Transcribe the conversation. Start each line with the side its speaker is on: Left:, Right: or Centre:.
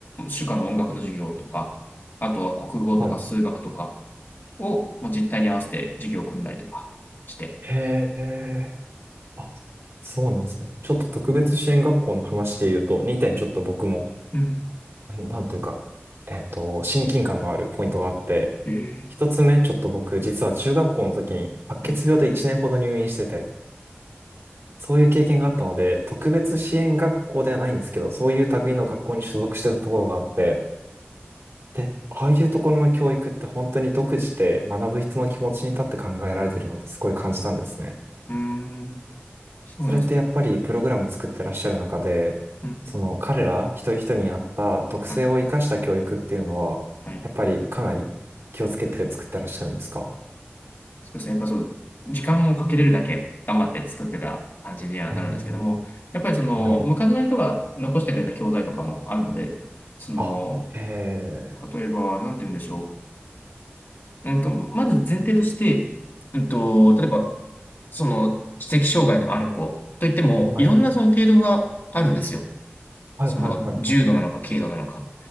Left: 主科の音楽の授業とか、あとは国語とか数学とか
Right: はい。
Left: を、もう実態に合わせて授業を組んだりとかして。
Right: へえ。あ、そうなんですね。ちょっと特別支援学校の話で言うと、2点ちょっと僕も、
Left: うん。
Right: あのなんというか、えっと、親近感のあるポイントがあって、
Left: へえ。
Right: 一つ目、ちょっと僕、実は中学校の時に白血病で1年ほど入院してて、
Left: はい
Right: そういう経験があったので、特別支援学校ではないんですけど、そういう類の学校に所属してたところがあって、で、ああいうところの教育って本当に独自で学ぶ人の気持ちに立って考えられてるなってすごい感じたんですね。
Left: うーん、そうなんですね。
Right: それってやっぱりプログラム作ってらっしゃる中で、
Left: うんうん、
Right: その彼ら一人一人に合った特性を生かした教育っていうのは、
Left: はい、はい。
Right: やっぱりかなり気をつけて作ってらっしゃるんですか
Left: そうですね。やっぱそう、時間をかけれるだけ頑張って作ってた感じにはなるんですけども、
Right: うーん
Left: やっぱりその、
Right: はい。
Left: 昔の人が残してくれた教材とかもあるので、その、
Right: あ、えー、
Left: 例えば、なんて言うんでしょう。うんと、まず前提として、うんと、例えば、その、知的障害のある子といっても、
Right: はい。
Left: いろんなその程度があるんですよ。
Right: はいはいはいはい。
Left: その、重度なのか、軽度なのか。